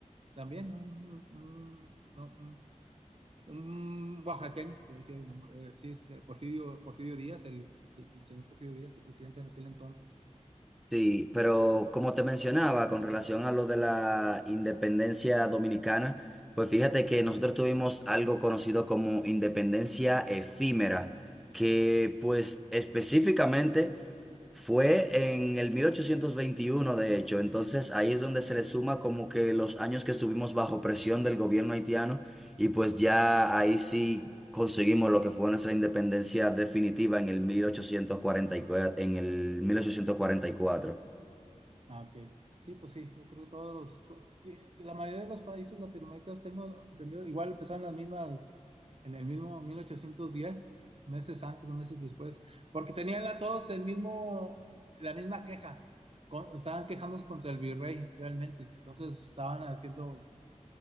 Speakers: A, on the right; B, in the centre.
A: También, ¿no? Un- un- no, un oaxaqueño, que decía el nombre, eh, sí, es, eh, Porfirio, Porfirio Díaz, el, el señor Porfirio Díaz, su presidente en aquel entonces.
B: Sí, pero como te mencionaba, con relación a lo de la independencia dominicana, pues fíjate que nosotros tuvimos algo conocido como independencia efímera, que pues específicamente Fue en el 1821, de hecho, entonces ahí es donde se le suma como que los años que estuvimos bajo presión del gobierno haitiano y pues ya ahí sí conseguimos lo que fue nuestra independencia definitiva en el 1844, en el 1844.
A: Ah, ok. Sí, pues sí, yo creo que todos los, to- que- que la mayoría de los países latinoamericanos tengo entendido, igual empezaron las mismas, en el mismo 1810 meses antes o meses después, porque tenían la- todos el mismo, la misma queja, con- estaban quejándose contra el virrey realmente, entonces estaban haciendo